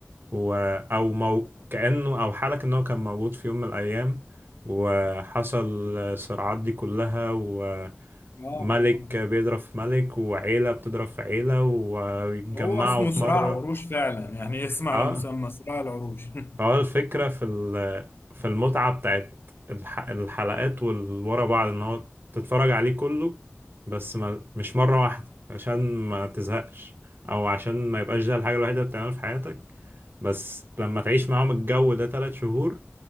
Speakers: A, on the right; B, on the left.
A: و... او مو... كأنه او حالك ان هو كان موجود في يوم من الايام وحصل الصراعات دي كلها وملك
B: اه
A: بيضرب
B: اه
A: في ملك وعيلة بتضرب في عيلة ويتجمعوا
B: هو اسمه
A: في
B: صراع
A: مرة
B: عروش فعلا يعني اسم على
A: اه
B: مسمى صراع العروش <laughs>
A: هو الفكرة في ال- في المتعة بتاعت الح- الحلقات والورا بعض ان هو تتفرج عليه كله بس ما مش مرة واحدة عشان ما تزهقش او عشان ما يبقاش ده الحاجة الوحيدة اللي بتعملها في حياتك بس لما تعيش معاهم الجو ده تلات شهور